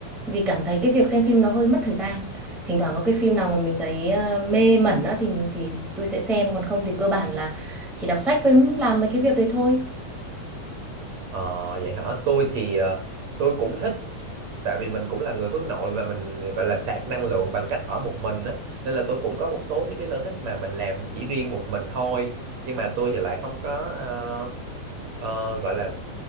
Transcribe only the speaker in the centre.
vì cảm thấy cái việc xem phim nó hơi mất thời gian thỉnh thoảng có cái phim nào mà mình thấy ờ, mê mẩn á thì thì tôi sẽ xem còn không thì cơ bản là chỉ đọc sách với làm mấy cái việc đấy thôi